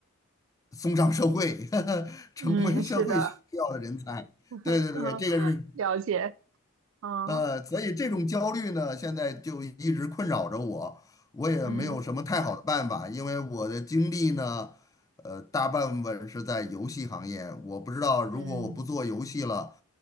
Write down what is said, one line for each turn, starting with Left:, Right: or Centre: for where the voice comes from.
Left: 送上社会，<laughs> 呵呵成为社会需要的人才。
Right: 嗯，是的，
Left: 对对对，
Right: <laughs> 嗯，
Left: 这个是
Right: 了解。嗯
Left: 呃，所以这种焦虑呢，现在就一直困扰着我，我也没有什么太好的办法，
Right: 嗯
Left: 因为我的经历呢，呃，大半部分是在游戏行业，我不知道如果我不做游戏了，
Right: 嗯。